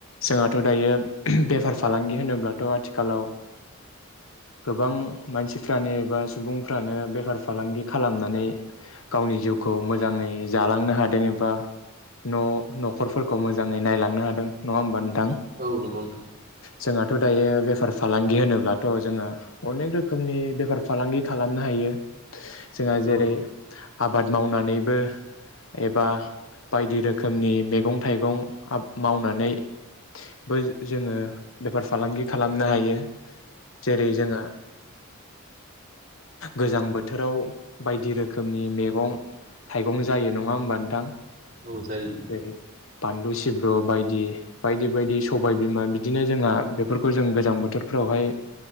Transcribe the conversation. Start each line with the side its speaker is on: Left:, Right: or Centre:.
Left: जोंहाथ' दायो बेफार फालांगि होनोब्लाथ' आथिखालाव गोबां मानसिफ्रानो एबा सुबुंफ्रानो बेफार फालांगि खालामनानै गावनि जिउखौ मोजाङै जालांनो हादों एबा न' न'खरफोरखौ मोजाङै नायलांनो हादों नङा होमबा नो
Right: औ नंगौ नोंथां
Left: जोंहाथ' दायो बेफार फालांगि होनोब्लाथ' जोंहा अनेक रोखोमनि बेफार फालांगि खालामनो हायो जोंहा जेरै
Right: औ
Left: आबाद मावनानैबो एबा बायदि रोखोमनि मैगं। थाइगं मावनानै। बै जोङो। बेफार फालांगि खालामनो हायो। जेरै जोंहा गोजां बोथोराव बायदि रोखोमनि मैगं थाइगं जायो नङा होमबा नोंथां
Right: औ जायोला
Left: जेरै बानलु सिब्रु बायदि बायदि बायदि सबाय बिमा बिदिनो जोंहा बेफोरखौ जों गोजां बोथोरफ्रावहाय